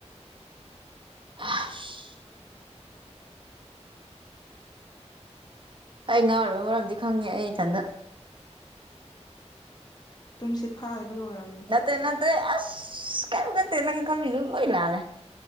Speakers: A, on the right (about 45°); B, on the left (about 35°).
A: ꯑꯁ <inaudible> ꯑꯩ ꯉꯥꯎꯔꯤꯕ ꯃꯔꯝꯗꯤ ꯈꯪꯉꯦ ꯑꯩ ꯏꯊꯟꯗ
B: ꯇꯨꯝꯁꯤꯠ ꯐꯥꯗꯕꯩ ꯑꯣꯏꯔꯝꯅꯤ
A: ꯅꯠꯇꯦ ꯅꯠꯇꯦ ꯑꯁ ꯀꯦꯝ ꯈꯟꯗꯦ ꯅꯪ ꯈꯜꯂꯤꯁꯨ ꯂꯣꯏ ꯂꯥꯜꯂꯦ